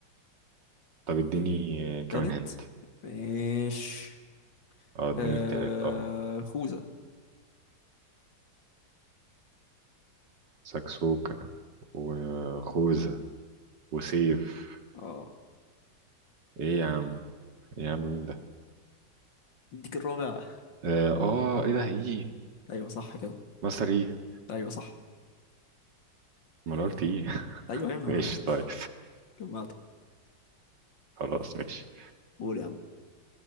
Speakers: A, on the right; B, on the left.
A: طب اديني آه، كمان
B: تالت
A: هنت
B: ماشي
A: اه اديني
B: آه
A: التالت اه
B: خوذة
A: سكسوكة وخوذة وسيف
B: اه
A: ايه يا عم إيه يا عم مين ده
B: اديك الرابع
A: اه آه، ايه ده ايه
B: أيوه صح كده
A: مصر ايه
B: أيوه صح
A: ما انا قلت ايه <laughs>
B: أيوه أيوه
A: ماشي طيب
B: جمعت
A: خلاص ماشي
B: قول يا عم